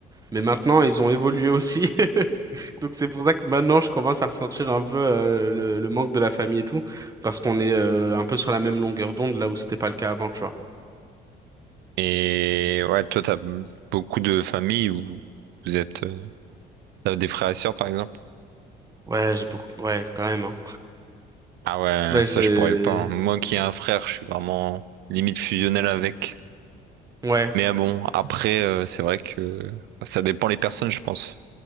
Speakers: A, on the right (about 20°); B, on the right (about 80°).
A: Mais maintenant, ils ont évolué aussi. <laughs> Donc, c'est pour ça que maintenant, je commence à ressentir un peu euh, le, le manque de la famille et tout. Parce qu'on est euh, un peu sur la même longueur d'onde, là où c'était pas le cas avant, tu vois.
B: Et ouais, toi, t'as beaucoup de familles où vous êtes, euh, t'as des frères et sœurs, par exemple?
A: Ouais, j'ai beaucoup. Ouais, quand même. Hein.
B: Ah ouais,
A: Bah,
B: ça
A: j'ai.
B: je pourrais pas. hein. Moi qui ai un frère, je suis vraiment limite fusionnel avec.
A: Ouais.
B: Mais ah bon, après, euh, c'est vrai que bah, ça dépend les personnes, je pense.